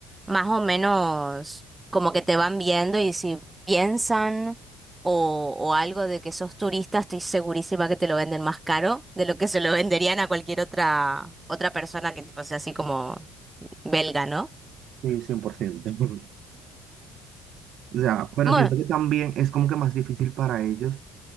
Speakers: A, on the right; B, on the right.
A: más o menos como que te van viendo y si piensan o, o algo de que sos turista, estoy segurísima que te lo venden más caro de lo que se lo venderían a cualquier otra otra persona que tipo sea así como belga, ¿no?
B: Sí, 100%. <laughs> O sea, pero
A: Bueno,
B: siento que también es como que más difícil para ellos